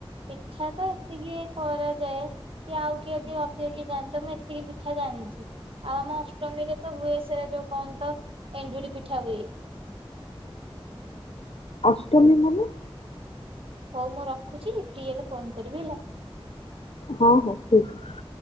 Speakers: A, on the right (about 65°); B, on the left (about 85°).
A: ପିଠା ତ ଏତିକି କରାଯାଏ। କି ଆଉ କିଏ ଯଦି ଅଧିକ କିଏ ଜାଣିତ ମୁଁ ଏତିକି ପିଠା ଜାଣିଚି ଆଉ ଆମ ଅଷ୍ଟମୀରେ ତ ହୁଏ ସେ ଯଉ କଣ ତ ଏଣ୍ଡୁରି ପିଠା ହୁଏ।
B: ଅଷ୍ଟମୀ ମାନେ?
A: ହଉ ମୁଁ ରଖୁଛି ଫ୍ରି ହେଲେ ଫୋନ କରିବି ହେଲା।
B: ହଁ ହଁ ଠିକ ଅଛି।